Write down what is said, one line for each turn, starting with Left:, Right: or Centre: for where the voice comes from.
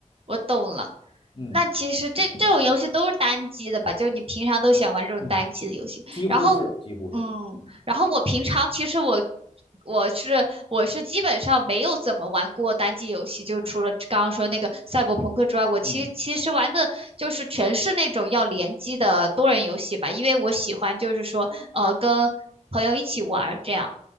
Right: 我懂了。
Left: 嗯
Right: 那其实这这种游戏都是单机的吧？就是你平常都喜欢玩这种单机的游戏。
Left: 嗯，几乎是，
Right: 然后我嗯，
Left: 几乎是。嗯
Right: 然后我平常其实我我是我是基本上没有怎么玩过单机游戏，就除了刚刚说那个赛博朋克之外，我其其实玩的就是全是那种要联机的多人游戏吧，
Left: 嗯，
Right: 因为我喜欢就是说呃跟朋友一起玩儿这样。